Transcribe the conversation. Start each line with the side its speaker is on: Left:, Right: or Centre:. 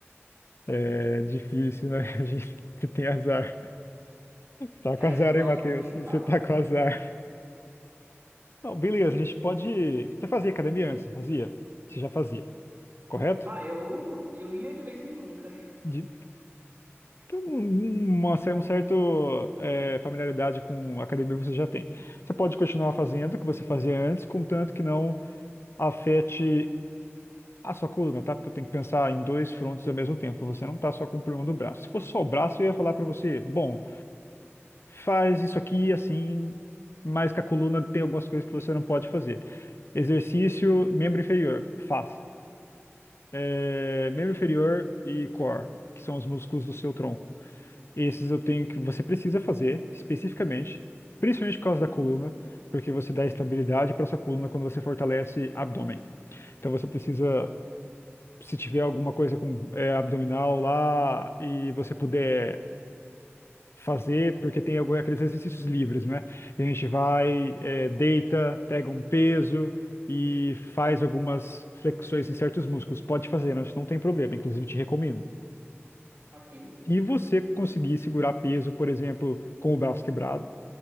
Left: É difícil, né? <laughs> A gente tem azar. Tá
Right: É,
Left: com azar,
Right: nossa,
Left: hein, Matheus?
Right: nem me
Left: <laughs> Você
Right: fala.
Left: tá com azar. Não, beleza, a gente pode. Você fazia academia antes, não fazia? Você já fazia, correto?
Right: Ah, eu, eu ia de vez em nunca. <laughs>
Left: De... Então, uma, um certo é, familiaridade com a academia você já tem. Você pode continuar
Right: Sim,
Left: fazendo o que você fazia antes, contanto que não afete a sua coluna, tá? Porque eu tenho que pensar em dois frontes ao mesmo tempo. Você não tá só com o problema do braço. Se fosse só o braço, eu ia falar pra você, bom, faz isso aqui assim, mas que a coluna tem algumas coisas que você não pode fazer. Exercício, membro inferior, faça. É, membro
Right: ok,
Left: inferior e core, que são os músculos do seu tronco. Esses eu tenho que você precisa fazer especificamente, principalmente por causa da coluna, porque você dá estabilidade para sua coluna quando você fortalece abdômen. Então você precisa, se tiver alguma coisa com é, abdominal lá e você puder fazer, porque tem algum- aqueles exercícios livres, né? A gente vai, eh, deita, pega um peso e faz algumas flexões em certos músculos. Pode fazer, né? Isso não tem problema, inclusive te recomendo.
Right: ok,
Left: E você conseguir segurar peso, por exemplo, com o braço quebrado,